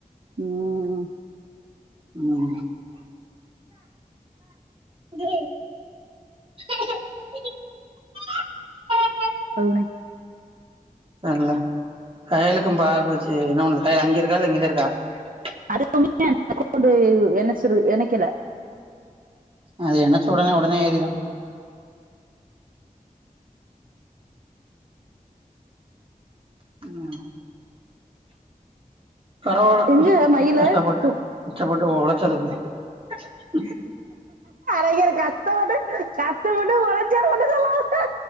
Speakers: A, on the right; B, on the right.
A: ம்
B: ம் பு <unintelligible> <inaudible>
A: <unintelligible>
B: சரியல கையலுக்கும் பாக்குச்சு என்ன ஒண்ணு கயல அங்கே இருக்கா இல்ல இங்கதாஇருக்கா இருக்கா
A: அதுக்குமே அந்த அக்கவுண்ட்டு எனச்சிறு எணைக்கல
B: அது என்னச்சு உடனே உடனே ஏறிறும் உம் பறவால
A: எங்க மயிலு
B: கஷ்டப்பட்டு
A: து
B: இஷ்டப்பட்டு ஓளைச்சதுக்கு <inaudible>
A: அஞர் கஷ்ட மட்டு கஷ்ட மட்டு உரச்சிய மட்டும் சொல்லாம்